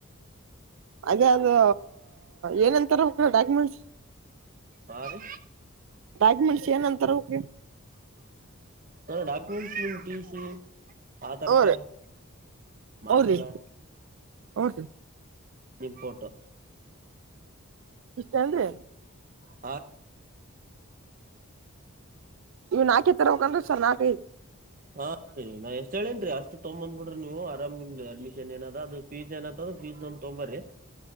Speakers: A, on the right; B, on the right.
A: ಅದೇ ಅದು ಏನಂತರು ಹಾ ಡಾಕ್ಯುಮೆಂಟ್ಸ್
B: ಹಾ ರೀ
A: ಡಾಕ್ಯುಮೆಂಟ್ಸ್ ಏನ ತರಬಕ್ರಿ
B: ಸರ ಡಾಕ್ಯುಮೆಂಟ್ಸ್ ನಿಮ್ಮ್ ಟಿ ಸಿ ಆಧಾರ್
A: ಹುಂ
B: ಕಾರ್ಡ್
A: ರಿ
B: ಮಾಸ್
A: ಹೂ ರೀ
B: ಕಾರ್ಡ್
A: ಹೂ ರೀ
B: ನಿಮ ಫೋಟೋ.
A: ಇಷ್ಟ ಅಲ್ರೀ
B: ಹಾ ರೀ
A: ಇವಾ ನಾಕ್ <unintelligible>
B: ಹಾ ರೀ ನಾ ಎಷ್ಟ ಹೇಳೇನ್ರಿ ಅಷ್ಟ ತಗೋ ಬಂದ್ ಬಿಡ್ರಿ ನೀವು ಆರಾಮ್ ನಿಮ್ದ್ ಅಡ್ಮಿಷನ್ ಏನದ ಅದು ಫೀಸ್ ಏನದ ಫೀಸ್ ಒಂದ್ ತೊಂಬಬ್ರಿ